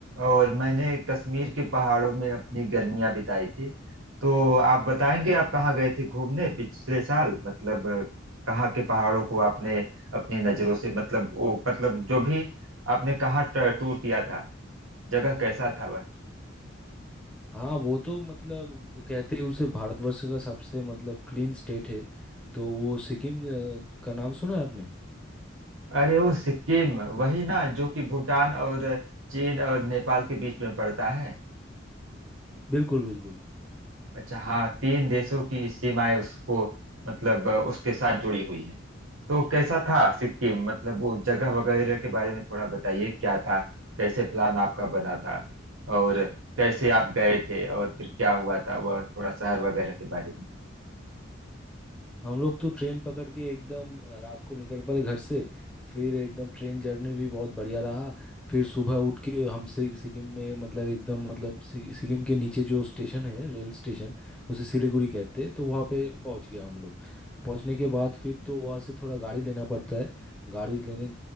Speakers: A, on the right; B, in the centre.
A: और मैंने कश्मीर के पहाड़ों में अपनी गर्मियां बिताई थी तो आप बताएंगे आप कहाँ गए थे घूमने पिछले साल मतलब अ, कहाँ के पहाड़ों को आपने अपनी नजरों से मतलब वो मतलब जो भी आपने कहाँ ट- टूर किया था जगह कैसा था वह
B: हाँ वो तो मतलब कहते हैं उसे भारतवर्ष का सबसे मतलब क्लीन स्टेट है तो वो सिक्किम अ, का नाम सुना है आपने
A: अरे वो सिक्किम वही ना जो कि भूटान और चीन और नेपाल के बीच में पड़ता है
B: बिल्कुल बिल्कुल
A: अच्छा हाँ तीन देशों की सीमाएं उसको मतलब उसके साथ जुड़ी हुई हैं तो कैसा था सिक्किम मतलब वो जगह वगैरह के बारे में थोड़ा बताइए क्या था कैसे प्लान आपका बना था और कैसे आप गए थे और फिर क्या हुआ था वह थोड़ा शहर वगैरह के बारे में
B: हम लोग तो ट्रेन पकड़ के एकदम अ, रात को निकल पड़े घर से फिर एकदम ट्रेन जर्नी भी बहुत बढ़िया रहा फिर सुबह उठ के हम सि- सिक्किम में मतलब एकदम मतलब सि- सिक्किम के नीचे जो स्टेशन है रेल स्टेशन उसे सिलीगुड़ी कहते हैं तो वहाँ पे पहुँच गया हम लोग पहुँचने के बाद फिर तो वहाँ से थोड़ा गाड़ी लेना पड़ता है गाड़ी लेने